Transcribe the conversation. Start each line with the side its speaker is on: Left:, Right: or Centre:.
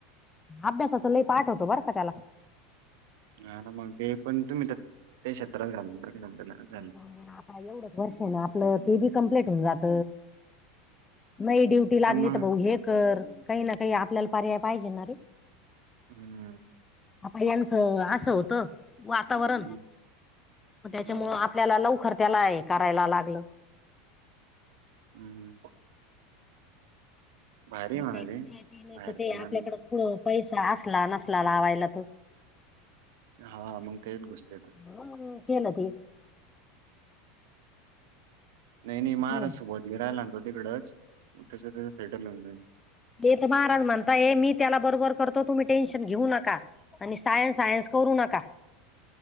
Left: अभ्यासाचं लई पाठ होतो बरं का त्याला
Right: हा ना मग... ते पण... तुम्ही तर... त्या शेत्रात घालून टाकलं ना त्याला झालं
Left: <unintelligible> एवढच वर्ष आहे ना आपलं ते बी कंप्लीट होऊन जात म ड्युट ती
Right: आपण
Left: लागली
Right: मग
Left: तर भाऊ हे कर काही ना काही आपल्याला पर्याय पाहिजे ना रे!
Right: हम्म
Left: आता यांचं असं होतं वातावरण
Right: हम्म,
Left: त्याच्यामुळे
Right: हो
Left: आपल्याला लवकर त्याला करायला लागलं
Right: हम्म भारी आहे
Left: नाही
Right: म्हणा
Left: ते ते नाही
Right: बाहेरचं
Left: ते आपल्याकड पुढ पैसा असला नसला लावायला त
Right: हा मग तेच गुसतेेत
Left: हम्म केलं ते
Right: नाही, नाही
Left: आता
Right: महाराष्ट
Left: तू-
Right: राहिला तो तिकडंच तसंं सेटल होन जाईल
Left: ते तर महाराज म्हणता ये मी त्याला बरोबर करतो तुम्ही टेन्शन घेऊ नका आणि सायन्स, सायन्स करू नका